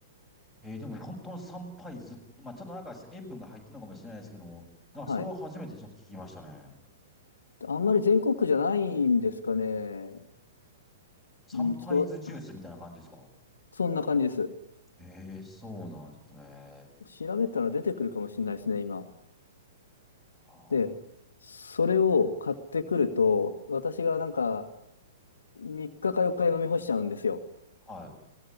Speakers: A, in the centre; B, on the left.
A: えー、でも本当の参拝図、まあちょっとなんか塩分が入ってるのかもしれないですけども、なんかそれは初めてちょっと聞きましたね。
B: はい。あんまり全国区じゃないんですかね。
A: 参拝図ジュースみたいな感じですか
B: うん、ちょっと、そんな感じです。
A: ええそうなんですね。
B: 調べたら出てくるかもしれないですね、今。
A: あー
B: で、それを買ってくると、私がなんか3日か4日で飲み干しちゃうんですよ。
A: はい。